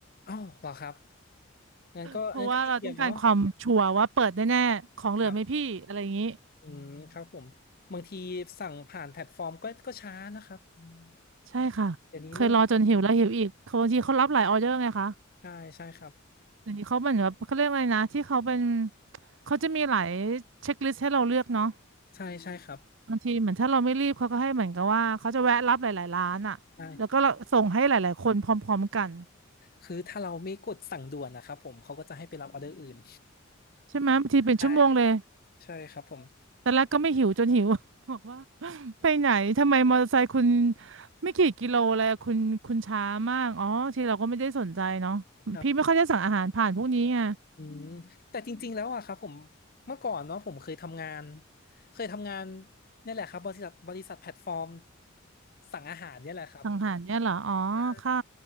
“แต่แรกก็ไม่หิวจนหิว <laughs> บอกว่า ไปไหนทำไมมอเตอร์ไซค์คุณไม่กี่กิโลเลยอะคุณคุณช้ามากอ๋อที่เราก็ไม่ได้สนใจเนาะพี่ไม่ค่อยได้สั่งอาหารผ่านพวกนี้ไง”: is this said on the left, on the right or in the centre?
Right